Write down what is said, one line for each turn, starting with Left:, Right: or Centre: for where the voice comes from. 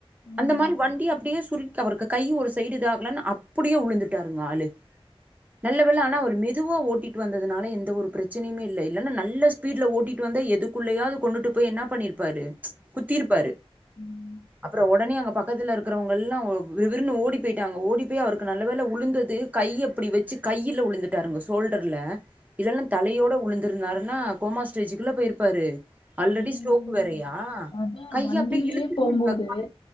Left: ஆமா
Right: அந்த மாரி
Left: ஆமா
Right: வண்டி அப்டியே சுரு அவருக்கு கை ஒரு சைடு இதாகலன்னு அப்படியே வுழுந்துட்டாருங்க ஆளு நல்ல வேள ஆனா அவரு மெதுவா ஓட்டிட்டு வந்ததுனால எந்த ஒரு பிரச்சனையுமே இல்ல இல்லன்னா நல்ல ஸ்பீட்ல ஓட்டிட்டு வந்தா எதுக்குள்ளயாது கொண்டுட்டு போய் என்னா பண்ணிருப்பாரு குத்திருப்பாரு
Left: ம்
Right: அப்றோ ஒடனே அங்க ப க்கத்துல இருக்கறவங்கல்லா விரு விருன்னு ஓடி போயிட்டாங்க ஓடி போய் அவருக்கு நல்ல வேல வுழுந்தது கை அப்டி வெச்சு கையில வுழுந்துட்டாருங்க ஷோல்டர்ல இல்லனா தலையோட வுழுந்திருந்தாருன்னா கோமா ஸ்டேஜுக்கல்ல போயிருப்பாரு ஆல்ரெடி
Left: ம்
Right: ஸ்ரோக் வேறயா
Left: அதா
Right: கைய
Left: வண்டியிலயே
Right: அப்டியே இழுத்து
Left: போம்போது
Right: <inaudible>